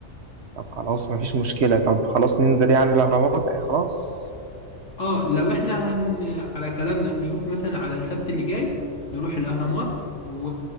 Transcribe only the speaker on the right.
طب خلاص مفيش مشكلة طب خلاص ننزل يعني الأهرامات آه، خلاص